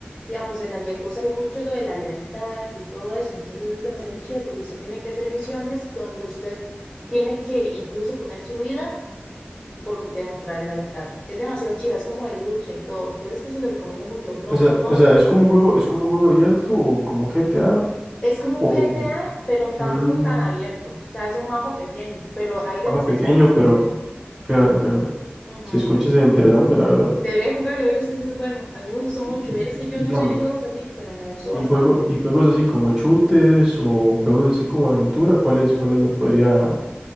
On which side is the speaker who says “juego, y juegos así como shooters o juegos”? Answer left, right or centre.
Centre